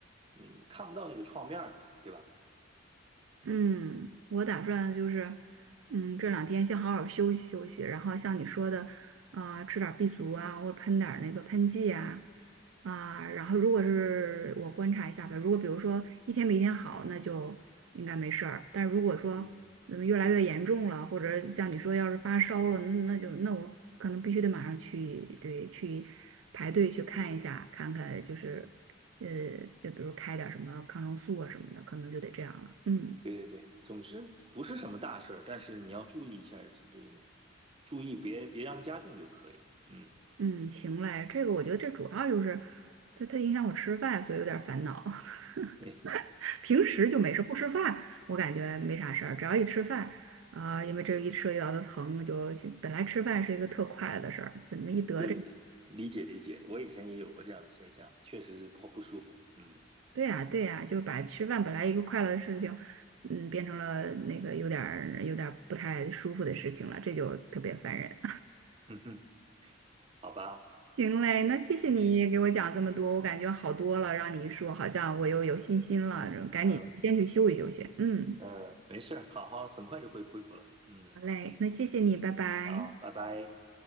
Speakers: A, on the right; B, on the right.
A: 嗯，看不到那个创面儿的，对吧？
B: 嗯，我打算就是，嗯，这两天先好好休息休息，然后像你说的，啊，吃点儿 B 族啊，或者喷点儿那个喷剂啊，啊，然后如果是我观察一下吧，如果比如说一天比一天好，那就应该没事儿。但如果说怎么越来越严重了，
A: 嗯
B: 或者像你说要是发烧了，那那就那我可能必须得马上去，对，去排队去看一下，看看就是，
A: 嗯，
B: 呃，就比如开点儿什么抗生素啊什么的，可能就得这样了，嗯。
A: 对对对，总之不是什么大事儿，但是你要注意一下，是不是？注意别别让它加重就可以。嗯，
B: 嗯，行嘞，这个我觉得这主要就是它它影响我吃饭，所以有点烦恼。<laughs>
A: 对。
B: 平时就没事，
A: 嗯
B: 不吃饭我感觉没啥事儿，只要一吃饭啊、因为这一涉及到的疼，就本来吃饭是一个特快乐的事儿，怎么一得这？
A: 对，理解理解，我以前也有过这样的现象，确实是不不舒服。嗯
B: 对呀、对呀、就是把吃饭本来一个快乐的事情，嗯，变成了那个有点儿有点儿不太舒服的事情了，这就特别烦人。
A: 嗯哼，好吧，
B: 行嘞，那谢谢你给我讲这么多，
A: 嗯，
B: 我感觉好多了，让你一说，好像我又有信心了，赶紧先去休息休息。
A: 嗯
B: 嗯，
A: 嗯，没事儿好好，很快就会恢复了。嗯，
B: 好嘞，那谢谢你，拜拜。
A: 好，拜拜。